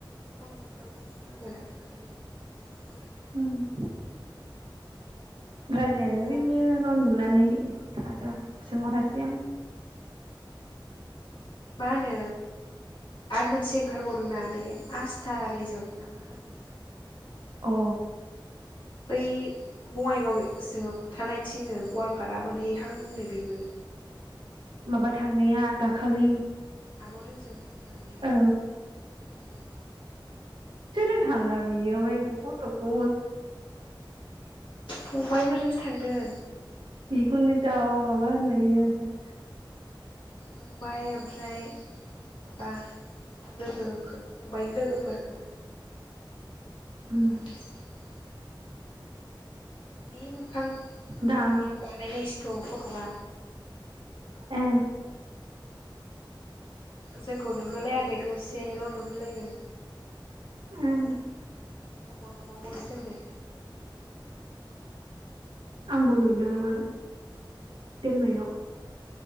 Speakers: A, on the left; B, on the right.
A: फन हरदोंमोन। <unintelligible> दाखालै। <unintelligible>
B: उम। रायलायानो
A: माबा
B: ओरैनोल' नुनानै थादों। सोंहरासै आं।
A: मा होनो आरो मोनसे ओंखारबावदोंना बे आसस्था रिजर्ट ना मा होनो।
B: अ।
A: बै बङाइगावसो थानायथिंनो गवालपारा मोनहैहांनो बेबो।
B: माबा थांनाया दाखालि
A: आब' रोनसो थांनाया
B: औ
A: उम।
B: सोरजों थाङा बियो ओमफाय फटकखौ
A: फंबायफोरजों थांदों।
B: बिखौनोनि जा माबा होनबाय इयो आमफाय।
A: फंबाय ओमफ्राय माबा लोगोफोर फंबायनि लोगोफोर खोमा। <unintelligible>
B: उम
A: बे मो खां खोबथेनाया
B: दाउ
A: बानायनायसो। थ' फट'गा
B: ए
A: जोंखौ नुहोलायाखै दसेल' नुहोलायदों।
B: उम
A: फाय हरबावो जोंनो।
B: आंबो नुदोंमोन दोननायाव।